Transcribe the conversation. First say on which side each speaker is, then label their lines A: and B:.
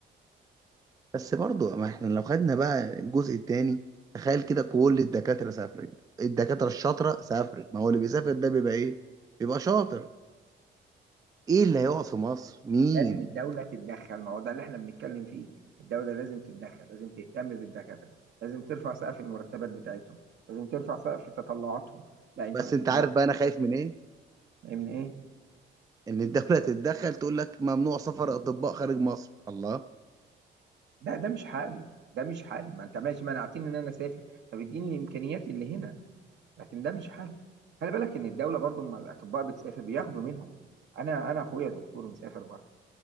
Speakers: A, on the right; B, on the right.
A: بس برضو ما احنا لو خدنا بقى الجزء التاني تخيل كده كل الدكاترة سافرت الدكاترة الشاطرة سافرت ما هو اللي بيسافر ده بيبقى ايه بيبقى شاطر ايه اللي هيقعد في مصر مين
B: لازم الدولة تتدخل ما هو ده اللي احنا بنتكلم فيه الدولة لازم تتدخل لازم تهتم بالدكاترة لازم ترفع سقف المرتبات بتاعتهم لازم ترفع سقف تطلعاتهم لا انتوا
A: بس
B: هتترقوا
A: انت عارف بقى انا خايف من ايه
B: من ايه
A: ان الدولة <laughs> تتدخل تقول لك ممنوع سفر اطباء خارج مصر الله
B: ده ده مش حل ده مش حل ما انت ماشي منعتني ان انا اسافر طب اديني الامكانيات اللي هنا لكن ده مش حل خلي بالك ان الدولة برضو اما الاطباء بتسافر بياخدوا منهم انا انا اخويا دكتور مسافر بره